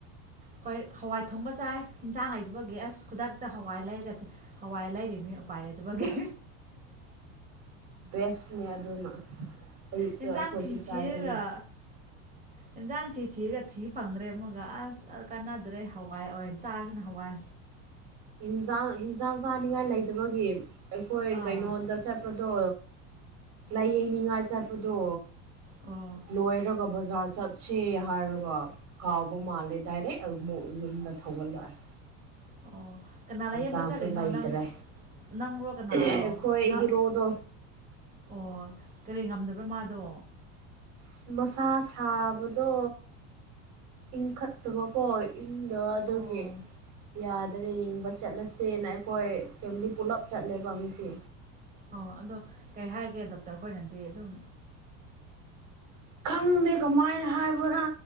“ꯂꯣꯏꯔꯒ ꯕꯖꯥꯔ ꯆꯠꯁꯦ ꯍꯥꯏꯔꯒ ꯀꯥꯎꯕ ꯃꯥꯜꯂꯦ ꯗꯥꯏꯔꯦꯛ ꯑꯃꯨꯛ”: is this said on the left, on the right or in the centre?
Right